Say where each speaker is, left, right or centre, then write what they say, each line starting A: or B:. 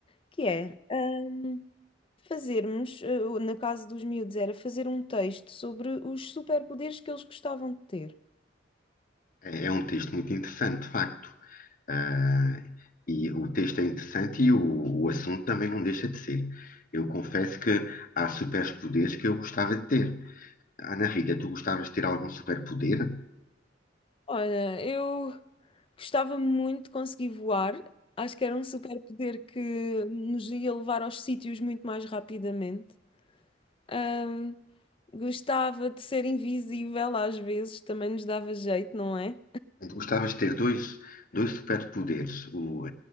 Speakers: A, on the left (about 30°); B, on the left (about 45°).
A: que é ah, fazermos, ah, no caso dos miúdos, era fazer um texto sobre os superpoderes que eles gostavam de ter.
B: É, é um texto muito interessante, de facto. Ah, e o texto é interessante e o, o assunto também não deixa de ser. Eu confesso que há superpoderes que eu gostava de ter. Ana Rita, tu gostavas de ter algum superpoder?
A: Olha, eu gostava muito de conseguir voar. Acho que era um superpoder que nos ia levar aos sítios muito mais rapidamente. ah, Gostava de ser invisível às vezes, também nos dava jeito, não é?
B: Portanto, gostavas de ter dois, dois superpoderes: o,